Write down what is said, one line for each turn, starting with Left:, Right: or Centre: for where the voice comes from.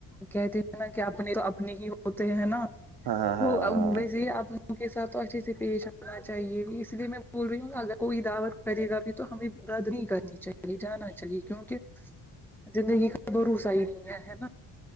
Centre: کہتے ہیں نا کہ اپنے تو اپنے ہی ہوتے ہیں نا
Right: ہاں ہاں ہاں
Centre: تو
Right: ہاں
Centre: ویسے آپ ان کے ساتھ تو اچھے سے پیش آنا چاہیے اسی لیے میں بول رہی ہوںی اگر کوئی دعوت کرے گا بھی تو ہمیں رد نہیں کرنی چاہیے جاننا چاہیے کیونکہ زندگی کا بھروسا ہی نہیں ہے ہینا